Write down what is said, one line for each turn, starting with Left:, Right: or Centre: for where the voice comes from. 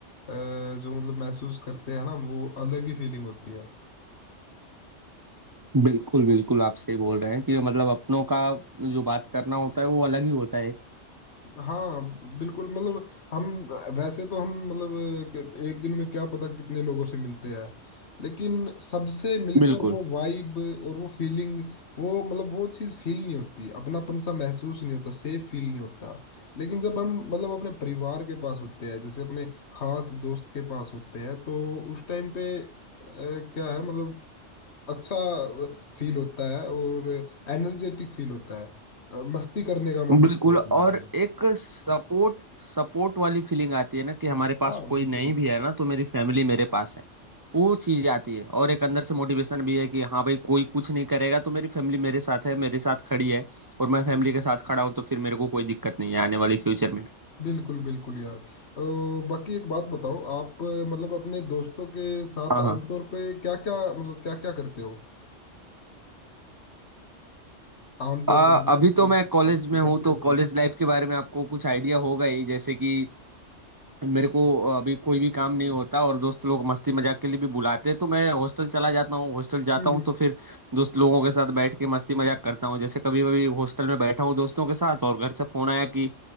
Left: जो मतलब महसूस करते हैं ना वो अलग ही फीलिंग होती है
Right: बिल्कुल बिल्कुल आप सही बोल रहे हैं कि मतलब अपनों का जो बात करना होता है वो अलग ही होता है
Left: हाँ बिल्कुल मतलब हम वैसे तो हम मतलब एक दिन में क्या पता कितने लोगों से मिलते हैं लेकिन सबसे मिलकर
Right: बिल्कुल
Left: वो वाइब और वो फीलिंग वो मतलब वो चीज़ फील नहीं होती अपनापन सा महसूस नहीं होता सेफ फील नहीं होता लेकिन जब हम मतलब अपने परिवार के पास होते हैं जैसे अपने खास दोस्त के पास होते हैं तो उस टाइम पे अ, क्या है मतलब अच्छा फील होता है और एनर्जेटिक फील होता है अ, मस्ती करने का मन करता
Right: बिल्कुल
Left: है ऑटोमेटिकली
Right: और एक सपोर्ट सपोर्ट वाली फीलिंग आती है ना कि हमारे पास
Left: हाँ
Right: कोई
Left: बिल्कुल
Right: नहीं भी है ना तो मेरी फैमिली मेरे पास है वो चीज आती है और एक अंदर से मोटिवेशन भी है कि हाँ भाई कोई कुछ नहीं करेगा तो मेरी फैमिली मेरे साथ है मेरे साथ खड़ी है और मैं फैमिली के साथ खड़ा हूँ तो फिर मेरे को कोई दिक्कत नहीं है आने वाली फ्यूचर में भी।
Left: बिल्कुल बिल्कुल यार अ, बाकी एक बात बताओ आप अ, मतलब अपने दोस्तों के साथ
Right: हाँ हाँ
Left: आमतौर पे क्या क्या मतलब क्या क्या करते हो आमतौर
Right: अ,
Left: पे मतलब
Right: अभी तो मैं कॉलेज
Left: जब आप
Right: में
Left: इकट्ठे
Right: हूँ तो
Left: होते
Right: कॉलेज
Left: हो
Right: लाइफ के बारे में आपको कुछ आइडिया होगा ही जैसे कि मेरे को अभी कोई भी काम नहीं
Left: हम्म
Right: होता और दोस्त लोग मस्ती मजाक के लिए भी बुलाते हैं तो मैं हॉस्टल चला जाता हूँ हॉस्टल जाता
Left: हम्म
Right: हूँ तो फिर दोस्त लोगों के साथ बैठ के मस्ती मजाक करता हूँ जैसे कभी कभी हॉस्टल में बैठा हूँ दोस्तों के साथ और घर से फोन आया कि